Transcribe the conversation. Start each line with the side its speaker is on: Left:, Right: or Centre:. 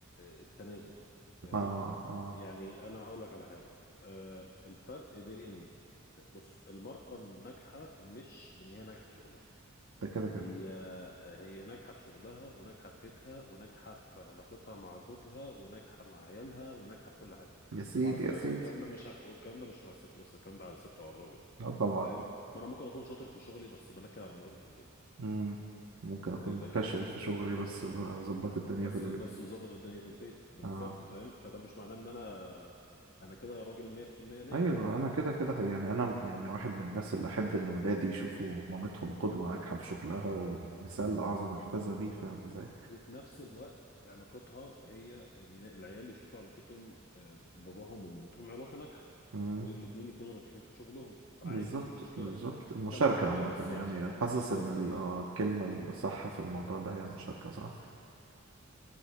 Left: آه، التنازل فاهم
Right: اه اه
Left: يعني انا هقول لك على حاجة آه، الفرق بين بص المرأة الناجحة مش بان هي ناجحة في شغلها
Right: ده كده كده
Left: هي هي ناجحة في شغلها وناجحة في بيتها وناجحة في علاقتها مع زوجها وناجحة مع عيالها وناجحة في كل حاجة
Right: يا سيدي
Left: وعلى فكرة
Right: يا سيدي
Left: ده الكلام ده مش والكلام ده مش مع الست بس الكلام ده على الست وعلى الراجل
Right: اه طبعا
Left: فاهم ما انا ممكن اكون شاطر في شغلي بس بنكد على مراتي في البيت
Right: مم. ممكن اكون
Left: يبقى
Right: فاشل
Left: كده
Right: في شغلي بس بظبط الدنيا
Left: بس
Right: في البيت
Left: بس مظبط الدنيا في البيت بالظبط
Right: اه
Left: فاهم فده مش معناه ان انا انا كده راجل 100% ناجح
Right: ايوه انا كده كده حقيقي. يعني انا يعني واحد من الناس اللي احب ان ولادي يشوفوا مامتهم قدوه ناجحه في شغلها ومثال اعظم يحتذى بيه فاهم ازاي
Left: وفي نفس الوقت علاقتها هي ان العيال يشوفوا علاقتهم آه، باباهم ومامتهم علاقه ناجحه
Right: مم.
Left: والاتنين يكونوا ناجحين في شغلهم فعادي
Right: بالظبط
Left: ايه المشكله
Right: بالظبط المشاركه
Left: ده ما ده
Right: عامه
Left: ما يخسرش
Right: يعني
Left: فاهم
Right: حاسس
Left: بالظبط
Right: ان ال-
Left: هي
Right: آه، الكلمه الصح في الموضوع ده هي المشاركه صح